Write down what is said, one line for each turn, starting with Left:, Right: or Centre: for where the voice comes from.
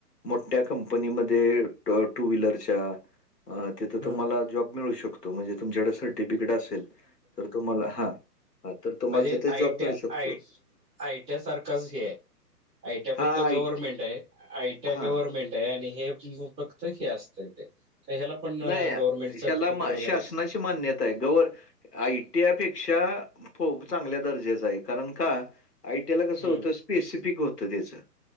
Left: मोठ्या कंपनीमध्ये ट टू व्हीलरच्या तिथं तुम्हाला
Centre: हां
Left: जॉब मिळू शकतो म्हणजे तुमच्याकडे सर्टिफिकेट असेल तर तुम्हाला हां हां, तर तुम्हाला
Centre: म्हणजे
Left: तिथे
Centre: आयटी
Left: जॉब मिळू शकतो.
Centre: आय आय टी सारखच ही आहे. आय टी आय
Left: हां,
Centre: फक्त
Left: आयटी
Centre: गव्हर्नमेंट आयटी
Left: हां.
Centre: गव्हर्नमेंट आहे आणि हे फक्त हे असत ते का ह्या पण
Left: नाही
Centre: गव्हर्नमेंट सर्टिफिकेट
Left: ह्याला मा-
Centre: वगैरे आहे.
Left: मान्यता आहे ग आयटीआपेक्षा चांगल्या दर्जाचं आहे कारण का आयटीआला
Centre: हम्म
Left: कसं होत. स्पेसिफिक होतं त्याचं